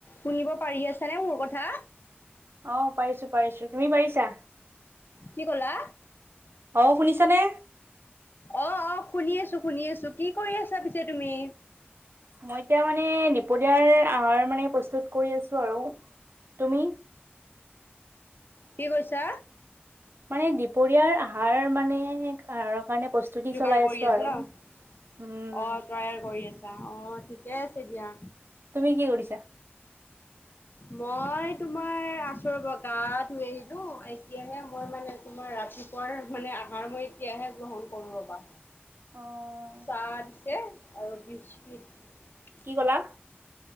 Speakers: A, on the left; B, on the right.
A: শুনিব পাৰি আছে নে মোৰ কথা?
B: অ পাৰিছো পাৰিছো তুমি পাৰিছা?
A: কি কলা
B: অ' শুনিছানে?
A: অ অ শুনি আছো শুনি আছো কি কৰি আছা পিছে তুমি
B: মই এতিয়া মানে দুপৰীয়াৰ আহাৰ মানে প্ৰস্তুত কৰি আছো আৰু তুমি
A: কি কৈছা?
B: মানে দুপৰীয়াৰ আহাৰ মানে আহাৰৰ কাৰণে প্ৰস্তুতি
A: যোগাৰ
B: চলাই
A: কৰি
B: আছো
A: আছে
B: আৰু।
A: ন অ
B: উম
A: তৈয়াৰ কৰি আছে অ ঠিকে আছে দিয়া
B: তুমি কি কৰিছা?
A: মই তোমাৰ আছো ৰব গা ধুই আহিলো এতিয়াহে মই মানে তোমাৰ ৰা ৰাতিপুৱাৰ মানে, আহাৰ মই এতিয়াহে গ্ৰহণ কৰো ৰবা।
B: অ'হ।
A: চাহ দিছে আৰু বিস্কিট
B: কি কলা